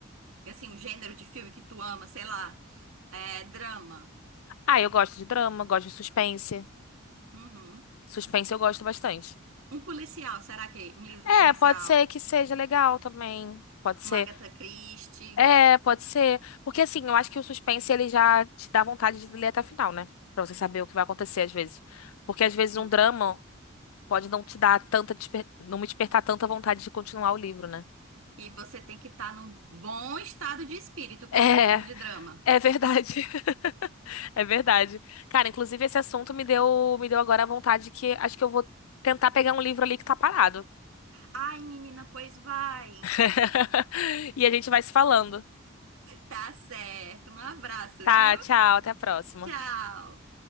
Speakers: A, on the right; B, on the left.
A: Que, Assim, um gênero de filme que tu ama, sei lá, é drama.
B: Ah, eu gosto de drama, gosto de suspense.
A: Uhum.
B: Suspense eu gosto bastante.
A: Um policial, será que um livro
B: É,
A: policial?
B: pode ser que seja legal também. Pode ser.
A: Um Agatha Christie?
B: É, pode ser. Porque assim, eu acho que o suspense ele já te dá vontade de ler até o final, né? Pra você saber o que vai acontecer às vezes. Porque às vezes
A: Sim.
B: um drama pode não te dar tanta desper... não me despertar tanta vontade de continuar o livro, né? <laughs>
A: E você tem que estar num bom estado de espírito para
B: É,
A: ler um livro de drama.
B: é verdade. <laughs> É verdade. Cara, inclusive esse assunto me deu me deu agora a vontade que acho que eu vou tentar pegar um livro ali que tá parado.
A: Ai, menina, pois vai.
B: <laughs> E a gente vai se falando.
A: Tá certo. Um abraço,
B: Tá,
A: viu?
B: tchau, até a próxima.
A: Tchau.